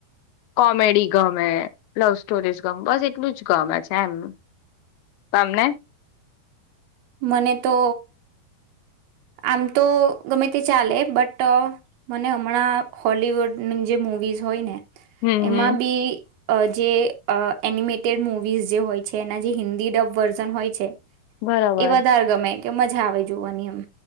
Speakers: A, on the left; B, on the right.
A: કોમેડી ગમે લવ સ્ટોરીઝ ગમે બસ એટલું જ ગમે છે એમ. તમને
B: મને તો આમ તો ગમે તે ચાલે બટ મને હમણાં હોલવુડની જે મુ મુવીઝ હોય ને
A: હમ
B: એમાં
A: હમ
B: બી અ જે આ એનિમેટેડ મુવીઝ જે હોય છે એના જે હિન્દી ડવ વર્ઝન હોય છે.
A: બરોબર
B: એ વધારે ગમે કે મજા આવે જોવાની એમ.